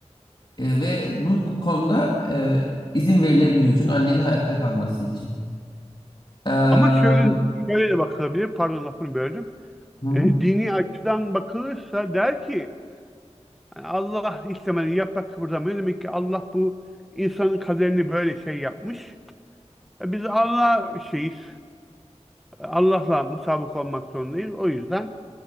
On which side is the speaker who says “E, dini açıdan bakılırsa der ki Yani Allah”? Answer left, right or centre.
Centre